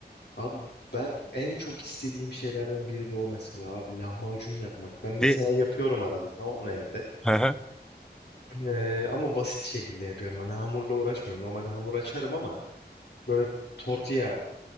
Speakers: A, on the left; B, in the centre.
A: abi ben en çok istediğim şeylerden biri de o mesela abi lahmacun yapmak. Ben mesela
B: Ve
A: yapıyorum arada tamam mı evde.
B: Hı hı.
A: Ee, ama basit şekilde yapıyorum. Hani hamurla uğraşmıyorum. Normalde hamur açarım ama böyle tortilla